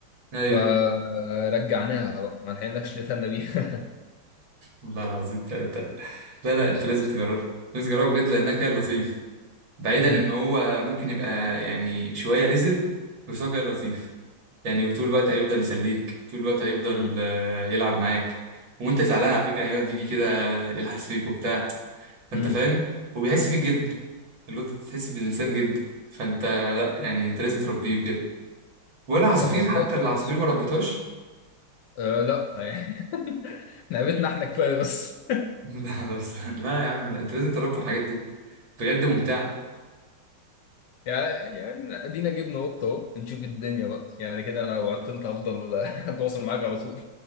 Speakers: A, on the right; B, on the left.
A: أيوه
B: فرجعناها
A: أيوه
B: بقى ما لحقناش نتهنى بيها
A: والله العظيم تلاتة لا لا أنت لازم تجربه لازم تجربه بجد لأنها كان لطيف بعيدا
B: <laughs> مم.
A: إن هو ممكن يبقى يعني شوية رزل بس هو كان لطيف يعني وطول الوقت هيفضل يسليك طول الوقت هيفضل
B: مم.
A: آه، يلعب معاك وانت زعلان على فكره هيقعد يجي كده يلحس فيك وبتاع فانت
B: مم.
A: فاهم هو بيحس بيك جدا اللي انت بتحس بالانسان جدا فانت لا يعني انت لازم تربيه بجد ولا عصافير
B: طب والله
A: حتى
B: كويس
A: العصافير ما ربيتهاش
B: آه لا <laughs> يعني لعبتنا احنا كفايه بس
A: <laughs> لا بس لا يا عم لا انت لازم تربي الحاجات دي بجد ممتعه
B: يعني يعني ادينا جبنا قطه اهو نشوف الدنيا بقى يعني كده انا لو عطلت هفضل <laughs> اتواصل معاك على طول